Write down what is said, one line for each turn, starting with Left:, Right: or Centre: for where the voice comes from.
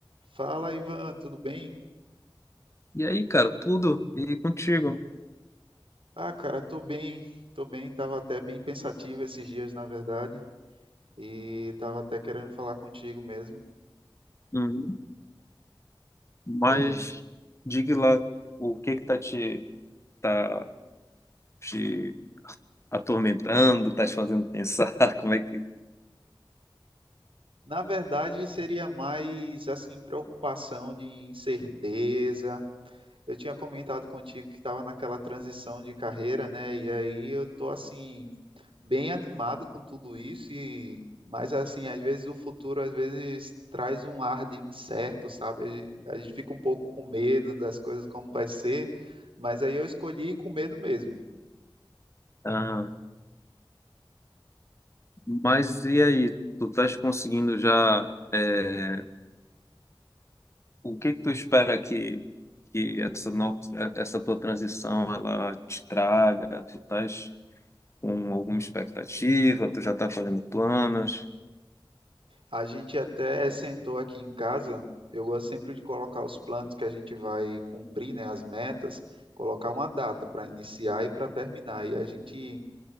Right: Fala, Ivan, tudo bem?
Left: E aí, cara, tudo e contigo.
Right: Ah, cara, tô bem, tô bem, tava até bem pensativo esses dias, na verdade, e tava até querendo falar contigo mesmo.
Left: Uhum. Mas
Right: É,
Left: diga lá o que que tá te tá te atormentando, tá te fazendo pensar, <laughs> como é que
Right: na verdade, seria mais, assim, preocupação de incerteza. Eu tinha comentado contigo que estava naquela transição de carreira, né? E aí eu tô assim. bem animado com tudo isso e mas assim, às vezes o futuro às vezes traz um ar de incerto, sabe? A gente, a gente fica um pouco com medo das coisas como vai ser, mas aí eu escolhi ir com medo mesmo.
Left: Ah, mas e aí, tu estás conseguindo já é, o que que tu espera que que essa no, essa tua transição ela te traga? Tu Tu estás com alguma expectativa? Tu já tá fazendo planos?
Right: A gente até sentou aqui em casa, eu gosto sempre de colocar os planos que a gente vai cumprir, né, as metas, colocar uma data para iniciar e para terminar. E a gente